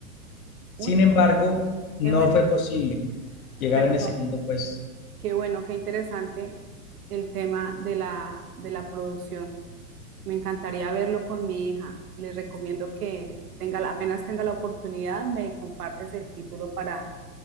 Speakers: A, on the right (about 70°); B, on the left (about 60°).
A: uy,
B: Sin
A: qué
B: embargo,
A: bueno,
B: no
A: qué bueno.
B: fue posible llegar
A: Perdón,
B: en el segundo puesto.
A: qué bueno, qué interesante el tema de la, de la producción. Me encantaría verlo con mi hija. Le recomiendo que tenga, la- apenas tenga la oportunidad, me compartes el título para,